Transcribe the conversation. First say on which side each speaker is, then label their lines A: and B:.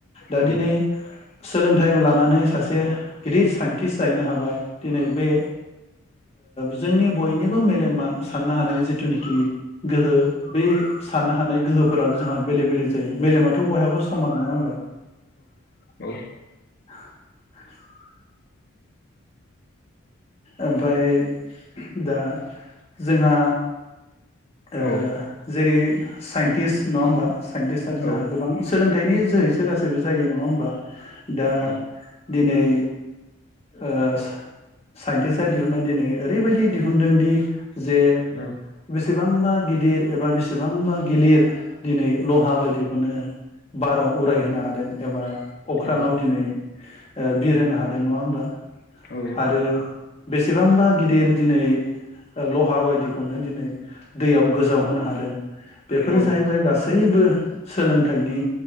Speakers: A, on the left; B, on the left.
A: दा
B: औ
A: दिनै सोलोंथाइ लानानै सासे गिदिर साइन्टिस जायैनो हाबाय। दिनै बे जोंनि बयनिबो मेलेमा साननो हानाय जिथुनिखि गोहो बे साननो हानाय गोहोफोराल' जोंहा बेले बेलेग जायो मेलेमाथ' बयहाबो समान नङा होमबा।
B: औ
A: <inaudible> ओमफाय दा जोंहा ओ
B: औ
A: जेरै सायेन्टिस नङा होमबा सायेन्टिस <unintelligible>
B: औ
A: जोंहा गोबां सोलों थाइनि जोहैसो गासैबो जायो नङा होमबा दा
B: औ
A: दिनै ओस सायेन्टिस्टआ दिहुननाय दिनै ओरैबायदि दिहुनदों दि जे
B: औ
A: बेसेबांबा गिदिर एबा बेसेबांबा गिलिर दिनै लहा बायदिखौनो बाराव उरायहोनो हादों एबा अख्राङाव
B: औ
A: दिनै ओ बिर होनो हादों नङा होमबा
B: औ
A: आरो बेसेबांबा गिदिर दिनै ओ लहा बायदिखौनो दिनै दैयाव गोजाव होनो हादों बेफोर
B: औ
A: जाहैबाय गासै गासैबो सोलोंथाइनि